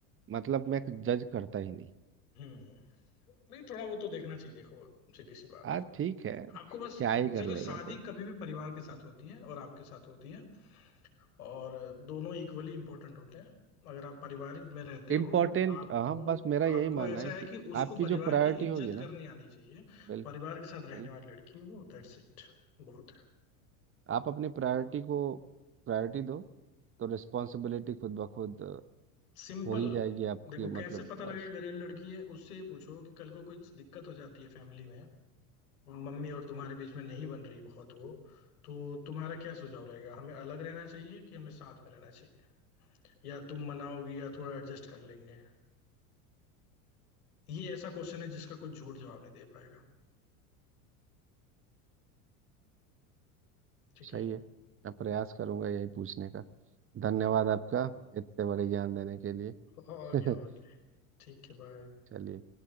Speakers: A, on the right; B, on the left.
A: मतलब मैं जज करता ही नहीं
B: हम्म नहीं थोड़ा वो तो देखना चाहिए देखो सीधी
A: <laughs>
B: सी बात
A: आज
B: है
A: ठीक है
B: आपको बस
A: क्या ही
B: देखो
A: कर लेगा
B: शादी
A: कोई
B: कभी भी परिवार के साथ होती है और आपके साथ होती है और दोनों इक्वली इम्पोर्टेंट होते हैं अगर आप परिवार में रहते हो
A: इम्पोर्टेंट
B: तो आपको
A: हाँ बस मेरा
B: आपको
A: यही मानना
B: ऐसा
A: है
B: है
A: कि
B: कि उसको
A: आपकी
B: परिवार
A: जो प्रायोरिटी
B: की इज्जत
A: होगी ना
B: करनी आनी चाहिए
A: बिल्कुल
B: परिवार के साथ रहने
A: बिल्कुल
B: वाली लड़की हो दैट्स इट बहुत है
A: आप अपनी प्रायोरिटी को प्रायोरिटी दो तो रिस्पॉन्सिबिलिटी खुद ब खुद अ,
B: सिंपल
A: हो ही जाएगी आपकी
B: देखो कैसे
A: मतलब
B: पता
A: बस
B: लगेगा घरेलू लड़की है उससे ही पूछो कि कल को कोई दिक्कत हो जाती है फैमिली में मम्मी और तुम्हारे बीच में नहीं बन रही बहुत वो तो तुम्हारा क्या सुझाव रहेगा हमें अलग रहना चाहिए कि हमें साथ में रहना चाहिए या तुम मनाओगी या थोड़ा एडजस्ट कर लेंगे ये ऐसा क्वेश्चन है जिसका कुछ झूठ जवाब नहीं दे पाएगा ठीक
A: सही
B: है
A: है मैं प्रयास करूंगा यही पूछने का धन्यवाद आपका इतने बड़े
B: हम्म,
A: ज्ञान देने के लिए
B: हो गया हो
A: <laughs>
B: गया ठीक है बाय
A: चलिए